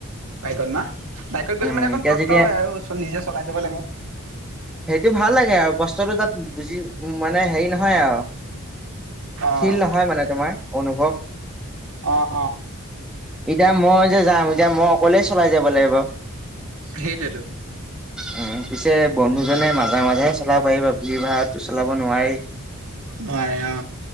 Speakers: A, on the right; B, in the centre.
A: বাইকত ন বাইকত গ'লে
B: উম
A: মানে অকণ
B: এতিয়া
A: কষ্ট
B: যেতিয়া
A: হয় আৰু নিজে চলাই যাব লাগে।
B: সেইটো ভাল লাগে আৰু কষ্টটো তাত বুজি উ মানে হেৰি নহয় আৰু
A: অ',
B: ফিল নহয় মানে তোমাৰ অনুভৱ।
A: অ', অ',
B: এতিয়া মই যে যাম, এতিয়া মই অকলেই চলাই যাব লাগিব।
A: সেইটোৱে টো।
B: উম, পিছে বন্ধুজনে মাজে মাজেহে চলাব পাৰিবা বুলি ভাত। চলাব নোৱাৰি
A: নোৱাৰে অ।